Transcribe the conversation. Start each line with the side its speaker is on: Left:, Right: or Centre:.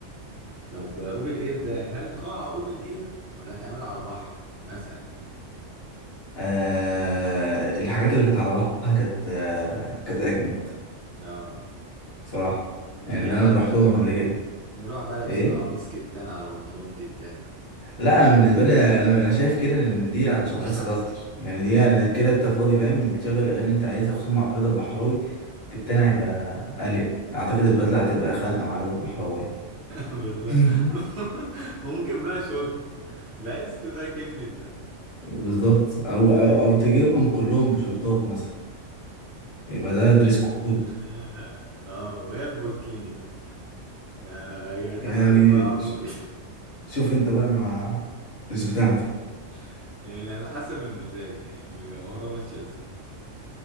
Right: طب اوبن اير ده هل قاعه اوبن اير ولا تعمله على بحر مثلا يعني
Left: آه الحاجات اللي كانت على بعضها كانت آه كانت أجمد
Right: اه
Left: بصراحة
Right: من
Left: يعني
Right: غير
Left: اللي أنا
Right: بدله
Left: روحتهم قبل كده
Right: نروح بقى لابسين
Left: إيه
Right: قميص كتان على بنطلون كتان بقى.
Left: لا أنا بالنسبة لي أنا, أنا شايف كده إن دي هتشهيصك
Right: <laughs>
Left: أكتر يعني دي يعني كده أنت فاضي فاهم إنت تشغل الأغاني اللي أنت عايزها خصوصا مع رضا البحراوي التاني هيبقى أليق أعتقد البدلة هتبقى خانقة مع رضا البحراوي يعني
Right: بالظبط
Left: <laughs>
Right: <laughs> ممكن بقى شورت بس تبقى كملت بقى
Left: بالظبط أو
Right: تبقى
Left: أو
Right: كده
Left: أو تجيبهم كلهم بشورتات مثلا يبقى ده دريس
Right: <laughs>
Left: كود
Right: اه ويا بوركيني بقى يا يا تحضر
Left: يعني
Right: الفرح بوري
Left: ش- شوف انت بقى مع مش بتاعتي
Right: <laughs> يعني على حسب المزاج يعني المهرة ماشية ازاي